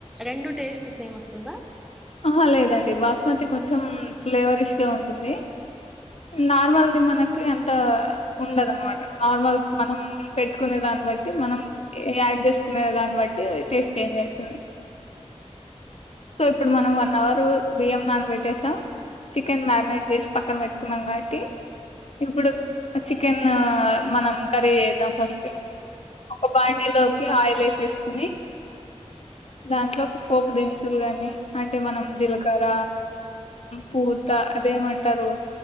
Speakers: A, in the centre; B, on the left.
A: రెండు టేస్ట్ సేమ్ వస్తుందా
B: ఆహా లేదండి బాస్మతి కొంచెం ఫ్లేవరిష్ గా ఉంటుంది నార్మల్ది మనకి అంత ఉండదు అన్నమాట నార్మల్ మనం పెట్టుకునే దాన్ని బట్టి మనం యాడ్ చేసుకునే దాన్ని బట్టి <inaudible> ట్టి టేస్టు చేంజ్ అవుతది సో ఇప్పుడు మనం వన్ హోవర్ బియ్యం నానబెట్టేసం చికెన్ మాగ్నెట్ చేసి పక్కన పెట్టుకున్నాం కాబట్టి ఇప్పుడు చికెన్ మనం కర్రీ చేద్దాం ఫస్ట్ ఒక బ్యాండిలోకి ఆయిల్ ఎసేసుకొని దాంట్లో ఒక పోపు దినుసులు కాని అంటే మనం జీలకర్ర పూత అదేమంటారు